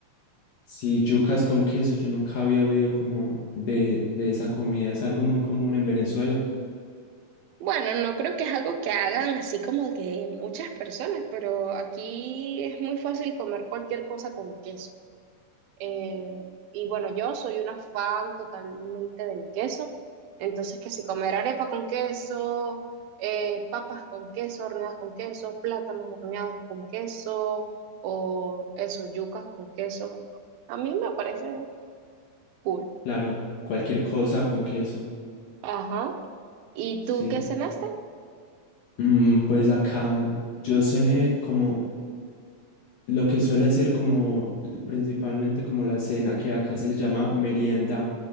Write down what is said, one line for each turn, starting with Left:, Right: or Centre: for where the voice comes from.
Left: Si yucas con queso, yo nunca había oído como de, de esa comida. Es algo muy común en Venezuela.
Right: Bueno, no creo que es algo que hagan así como de que muchas personas, pero aquí es muy fácil comer cualquier cosa con queso. Eh, y bueno, yo soy una fan totalmente del queso, entonces que si comer arepa con queso, eh, papas con queso, horneadas con queso, plátanos horneados con queso, o eso, yucas con queso, a mí me parece cool.
Left: Claro, cualquier cosa con queso.
Right: Ajá. ¿Y
Left: Sí.
Right: tú qué cenaste?
Left: Mm, pues acá yo cené como Lo que suele ser como principalmente como la cena que acá se le llama merienda,